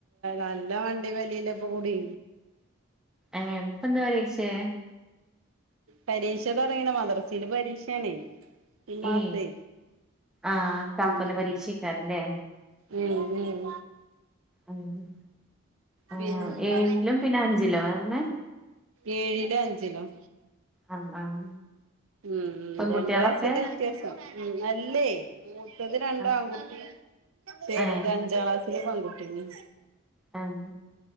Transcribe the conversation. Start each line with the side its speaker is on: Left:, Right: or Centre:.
Right: നല്ല വണ്ടി വലിയിലപ്പ കൂടി
Centre: ഏഹ് ഇപ്പ എന്ത് പരീക്ഷയാ?
Right: പരീക്ഷ തുടങ്ങീണ് മദ്രസയില് പരീക്ഷയാണേ. ഈ മാസേ
Centre: ഏ ആഹ് താക്കോല്
Right: ഉം.
Centre: പരീക്ഷയ്ക്കാരല്ലേ
Right: ഉം ഉം
Centre: ആഹ് ആഹ്
Right: പിന്നെ
Centre: ഏഴിലും പിന്നെ അഞ്ചിലോ പറഞ്ഞേ?
Right: ഏഴിലും അഞ്ചിലും.
Centre: ആഹ് ആഹ്
Right: ഉം
Centre: പെൺകുട്ടികളൊക്കെ
Right: രണ്ട് വയസിന്റെ വ്യത്യാസം ഉം അല്ലേ മൂത്തത് രണ്ട്
Centre: ആ
Right: ആൺകുട്ടിയും ചെറുത്
Centre: ഏ
Right: അഞ്ചാം ക്ലാസ്സില് പെൺകുട്ടിയും.
Centre: ആഹ്